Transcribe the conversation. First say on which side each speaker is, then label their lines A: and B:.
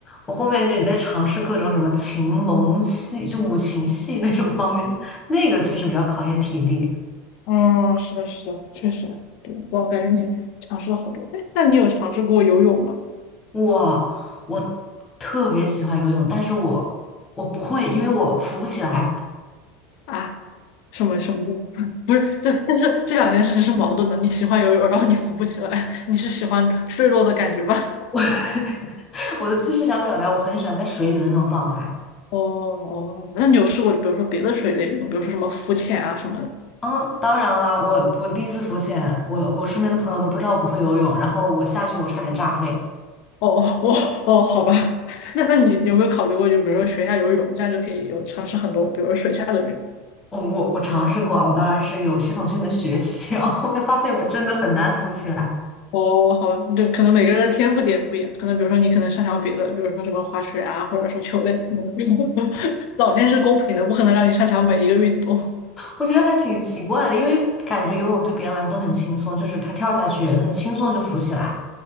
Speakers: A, on the left (about 25°); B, on the left (about 60°).
A: 我后面就是在尝试各种什么擒龙戏，就五禽戏那种方面，那个确实比较考验体力。
B: 嗯，是的，是的，确实，对，我感觉你尝试了好多。哎，那你有尝试过游泳吗？
A: 我我特别喜欢游泳，但是我我不会，因为我浮不起来。
B: 啊，什么什么？<laughs> 的？不是，但但是这两件事情是矛盾的。你喜欢游泳，然后你浮不起来，你是喜欢坠落的感觉吧？
A: 我 <laughs> 我的就是想表达，我很喜欢在水里的那种状态。
B: 哦哦，那你有试过，比如说别的水类运动，比如说什么浮潜啊什么的？
A: 嗯，当然啦，我我第一次浮潜，我我身边的朋友都不知道我不会游泳，然后我下去我差点炸飞。
B: 哦哦哦哦，好吧，<laughs> 那那你有没有考虑过，就比如说学一下游泳，这样就可以有尝试很多，比如说水下的运动？
A: 我我我尝试过啊我当然是有系统性的学习，然后后面发现我真的很难浮起来。
B: 哦，好吧，就可能每个人的天赋点不一样，可能比如说你可能擅长别的，比如说什么滑雪啊，或者说球类，可能 <laughs> 老天是公平的，不可能让你擅长每一个运动。
A: 我觉得还挺奇怪的，因为感觉游泳对别人来说都很轻松，就是他跳下去很轻松就浮起来。